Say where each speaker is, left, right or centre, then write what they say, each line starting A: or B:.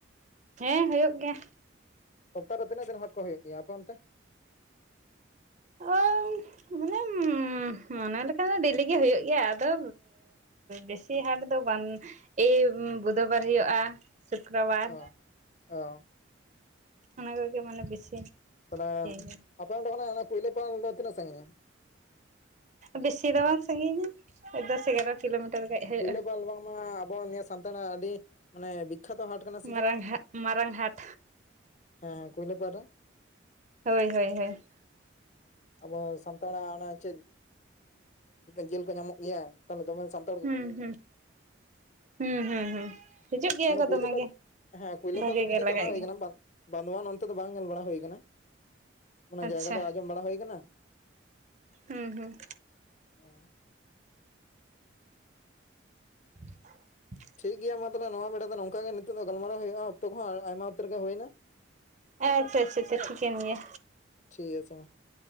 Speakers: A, on the right; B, on the left.
A: ᱦᱮᱸ ᱦᱩᱭᱩᱜ ᱜᱮᱭᱟ
B: ᱥᱚᱯᱛᱟ ᱨᱮ ᱛᱤᱱᱟᱹᱜ ᱜᱟᱱ ᱦᱟᱴ ᱠᱚ ᱦᱩᱭᱩᱜ ᱜᱮᱭᱟ ᱟᱯᱮ ᱚᱱᱛᱮ? <inaudible>
A: ᱚ ᱢᱟᱱᱮ ᱢᱚᱱᱮ ᱞᱮᱠᱷᱟᱱ ᱫᱚ ᱰᱮᱞᱤᱜ ᱜᱮ ᱦᱩᱭᱩᱜ ᱜᱮᱭᱟ ᱟᱫᱚ ᱵᱮᱥᱤ ᱦᱟᱴ ᱫᱚ ᱵᱟᱝ ᱮ ᱵᱩᱫᱷᱚ ᱵᱟᱨ ᱦᱩᱭᱩᱜᱼᱟ᱾ ᱥᱩᱠᱨᱚᱵᱟᱨ
B: ᱚ ᱚ
A: ᱚᱱᱟ ᱠᱚᱜᱮ ᱢᱟᱱᱮ ᱵᱮᱥᱤ
B: ᱛᱟᱦᱚᱞᱮ
A: ᱤᱭᱟᱹ ᱜᱮ
B: ᱟᱯᱮ ᱚᱸᱰᱮᱠᱷᱚᱱᱟᱜ ᱚᱱᱟ ᱠᱩᱭᱞᱟᱹ ᱯᱟᱞ ᱫᱚ ᱛᱤᱱᱟᱹᱜ ᱥᱟᱺᱜᱤᱧᱟ
A: ᱵᱮᱥᱤ ᱫᱚ ᱵᱟᱝ ᱥᱟᱺᱜᱤᱧᱟ ᱫᱚᱥ ᱮᱜᱟᱨᱚ ᱠᱤᱞᱳᱢᱤᱴᱟᱨ ᱜᱟᱱ ᱦᱩᱭᱩᱜᱼᱟ
B: ᱠᱩᱭᱞᱟᱹᱯᱟᱞ ᱵᱟᱝ ᱢᱟ ᱟᱵᱚ ᱱᱤᱭᱟᱹ ᱥᱟᱱᱛᱟᱲᱟᱜ ᱟᱹᱰᱤ ᱢᱟᱱᱮ ᱵᱤᱠᱠᱷᱟᱛᱚ ᱦᱟᱴ ᱠᱟᱱᱟ ᱥᱮ
A: ᱢᱟᱨᱟᱝ
B: ᱪᱮᱫ?
A: ᱦᱟ ᱢᱟᱨᱟᱝ ᱦᱟᱴ
B: ᱦᱮᱸ ᱦᱮᱸ ᱠᱩᱭᱞᱟᱹᱯᱟᱞ ᱨᱮ
A: ᱦᱳᱭ ᱦᱳᱭ ᱦᱳᱭ
B: ᱟᱵᱚ ᱥᱟᱱᱛᱟᱲᱟᱜ ᱚᱱᱟ ᱪᱮᱫ ᱡᱤᱞ ᱠᱚ ᱧᱟᱢᱚᱜ ᱜᱮᱭᱟ ᱛᱟᱦᱞᱮ ᱫᱚᱢᱮ ᱥᱟᱱ
A: ᱦᱩᱸ ᱦᱩᱸ ᱦᱩᱸ ᱦᱩᱸ ᱦᱩᱸ ᱦᱤᱡᱩᱜ ᱜᱮᱭᱟ
B: ᱢᱟᱱᱮ
A: ᱠᱚ ᱫᱚᱢᱮ
B: ᱠᱩᱭᱞᱟᱹᱯᱟᱞ
A: ᱜᱮ
B: ᱦᱮᱸ ᱠᱩᱭᱞᱟᱹᱯᱟᱞ
A: ᱵᱷᱟᱜᱮ
B: ᱫᱷᱟᱹᱵᱤᱡᱽ
A: ᱜᱮ
B: ᱛᱮ
A: ᱞᱟᱜᱟᱜ
B: ᱪᱟᱞᱟᱣ ᱦᱩᱭ
A: ᱜᱮᱭᱟ
B: ᱠᱟᱱᱟ ᱵᱟᱝ ᱵᱟᱸᱱᱫᱚᱣᱟᱱ ᱚᱱᱛᱮ ᱫᱚ ᱵᱟᱝ ᱧᱮᱞ ᱵᱟᱲᱟ ᱦᱩᱭ ᱟᱠᱟᱱᱟ ᱚᱱᱟ
A: ᱟᱪᱪᱷᱟ
B: ᱡᱟᱭᱜᱟ ᱫᱚ ᱟᱸᱡᱚᱢ ᱵᱟᱲᱟ ᱦᱩᱭ ᱟᱠᱟᱱᱟ᱾
A: ᱦᱩᱸ ᱦᱩᱸ
B: ᱚ
A: <inaudible>
B: ᱴᱷᱤᱠ ᱜᱮᱭᱟ ᱢᱟ ᱛᱟᱦᱚᱞᱮ ᱱᱚᱣᱟ ᱵᱮᱲᱟ ᱫᱚ ᱱᱚᱝᱠᱟ ᱜᱮ ᱱᱤᱛᱚᱜ ᱫᱚ ᱜᱟᱞᱢᱟᱨᱟᱣ ᱦᱩᱭᱩᱜᱼᱟ ᱚᱠᱛᱚ ᱠᱚᱦᱚᱸ ᱟᱭᱢᱟ ᱩᱛᱟᱹᱨ ᱨᱮ ᱜᱮ ᱦᱩᱭᱮᱱᱟ᱾
A: ᱟᱪᱪᱷᱟ ᱟᱪᱪᱷᱟ ᱴᱷᱤᱠᱮᱱ ᱜᱮᱭᱟ᱾
B: ᱴᱷᱤᱠ ᱟᱪᱷᱮ ᱢᱟ